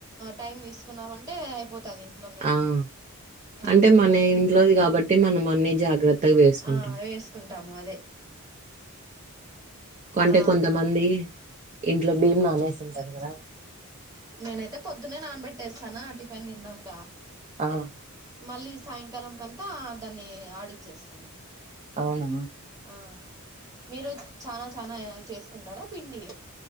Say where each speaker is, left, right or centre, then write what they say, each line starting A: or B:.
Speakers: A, on the right; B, on the right.
A: టైమ్ తీసుకున్నామంటే అయిపోతది ఇంట్లోనే
B: ఊమ్
A: ఆ
B: అంటే మన
A: వే
B: ఇంట్లోది కాబట్ టి మనం అన్ని జాగ్రత్తగా వేసుకుంటాం
A: ఆ వేసుకుంటాము అదే
B: అంటే
A: ఆ
B: కొంతమంది ఇంట్లో బియ్యం నానేసింటారు కదా
A: నేనైతే పొద్దున్నే నానబెట్టేస్తానా ఆ టిఫిన్ తిన్నాంక
B: ఆహ
A: మళ్ళీ సాయంకాలం కంతా దాన్ని ఆడిచ్చేస్తాను
B: అవునా
A: అ మీరు చనా చనా చేసుకుంటారా పిండి